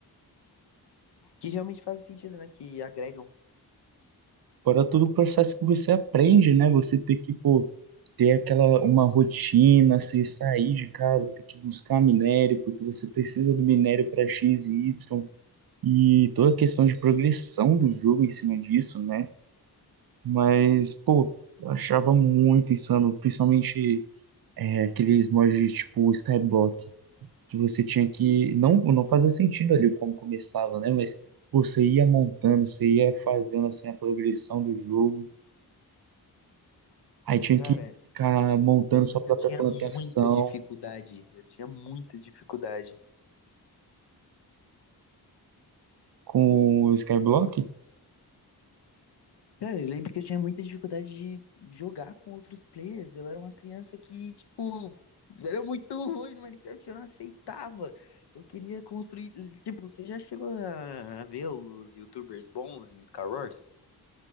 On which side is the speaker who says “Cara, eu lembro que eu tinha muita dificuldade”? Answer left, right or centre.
Left